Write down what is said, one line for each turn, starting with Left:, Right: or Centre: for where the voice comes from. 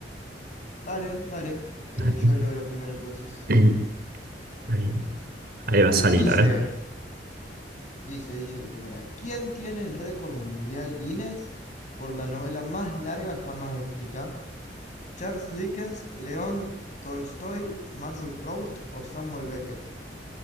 Left: Dale, dale, eh,
Right: Dale.
Left: yo leo la primera entonces.
Right: <clears throat> ahí, ahí va a salir,
Left: Dice,
Right: a ver.
Left: dice, dice la primera, ¿quién tiene el récord mundial Guinness por la novela más larga jamás escrita? ¿Charles Dickens, León Tolstoy, Marcel Proust o Samuel Beckett?